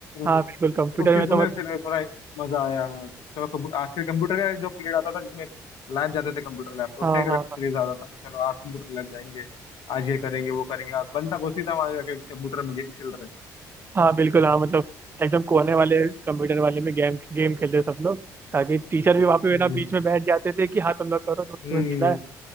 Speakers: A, on the right; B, on the left.
A: हाँ
B: तो
A: बिल्कुल कंप्यूटर
B: उस चीजों
A: में तो
B: में
A: मतलब
B: फिर थोड़ा मजा आया हाँ। चलो कब- आ, फिर कंप्यूटर का जो पीरियड आता था जिसमें लैब जाते थे कंप्यूटर लैब तो
A: हाँ
B: उसका एक अलग
A: हाँ
B: क्रेज
A: हाँ
B: आता था कि चलो आज कंप्यूटर लैब जाएंगे आज ये करेंगे वो करेंगे आज बनता कुछ नहीं था हमारे जाके कंप्यूटर में गेम खेल रहे हैं
A: हाँ बिल्कुल हाँ मतलब एकदम कोने वाले कंप्यूटर वाले में गेम गेम खेलते सब लोग ताकि टीचर भी वहाँ पे
B: हम्म
A: ना बीच में बैठ जाते थे कि हाँ तुम लोग करो तो
B: हम्म,
A: तुम्हें मिला है